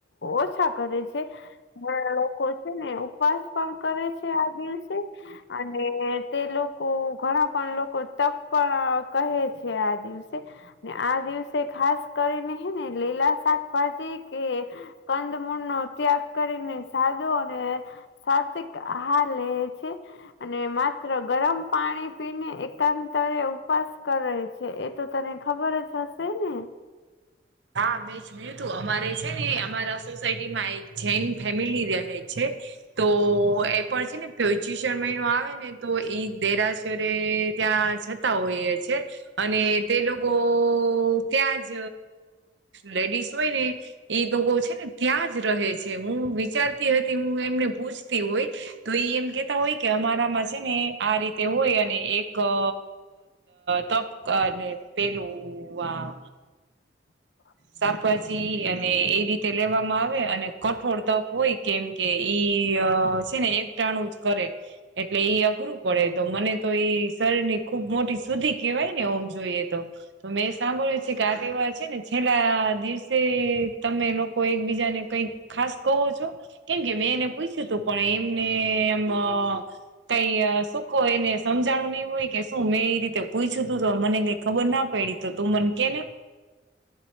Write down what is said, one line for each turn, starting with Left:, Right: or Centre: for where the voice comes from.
Left: ઓછા કરે છે હા લોકો છે ને ઉપવાસ પણ કરે છે આ દિવસ અને તે લોકો ઘણા પણ લોકો તપ પણ કહે છે છે આ દિવસે આ દિવસે ખાસ કરીને હે ને લીલા શાકભાજી કે કંદમૂળ નો ત્યાગ કરીને સાધુ અને સાત્િક આહ લ <inaudible> અને માત્ર ગરમ પાણી પીને એકાંતરે ઉપવાસ કરે છે તું તને ખબર છ હશે ને
Right: હા મે તું અમારે છે ને અમારા સોસાયટી માં એક જૈન ફેમિલી રહે છે તો એ પણ છે ને પચીસર મહિનો આવે ને તો ઈ દેરાશરે ત્યાં હોઈએ છે અને તે લોકો ત્યાં જ લેડીસ હોય ને એ લોકો છે ને ત્યાં જ રહે છે હું વિચારતી હતી હું એમને પૂછતી હોય તો એ એમ કેતા હોય કે અમારામાં છે ને આ રીતે હોય અને એક અ તપક અને પેલું વા
Left: <inaudible>
Right: શાકભાજી અને એ રીતે લેવામાં આવે અને કઠોળ તપ હોય કેમ કે ઈ છે ને એક ટાણું જ કરે એટલે અઘરું પડે તો મને તો એઈ શરની ખુબ મોટી સુદ્ધી કેહેવાય ને ઓમ જોઈએ તો તો મેં સાંભળ્યું છે કે આ તેવા છે ને છેલ્લા દિવસે તમે લોકો એકબીજાને કઈ ખાસ કહો છો કેમ કે મેં એને પૂછ્યું હતું પણ એમને એમ કઈ સુખ એને સમજાણું નહી હોય કે શું મેં એઈ રીતે પૂછ્યું તું તો મને કઈ ખબર ના પડી તો તું મનકે ને